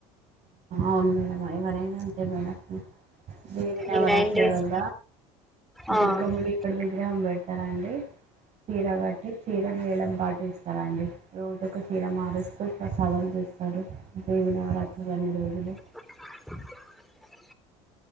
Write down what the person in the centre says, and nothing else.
ఈ నైన్ డేస్ ఆ
<unintelligible>